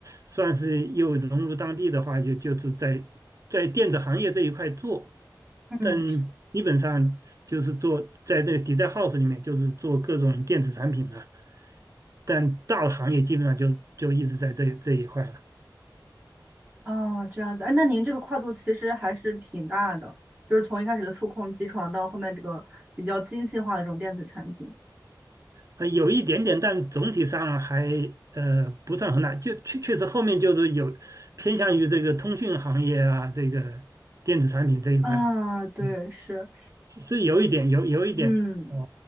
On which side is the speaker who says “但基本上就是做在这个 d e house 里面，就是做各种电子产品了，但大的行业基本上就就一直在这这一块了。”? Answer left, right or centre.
Right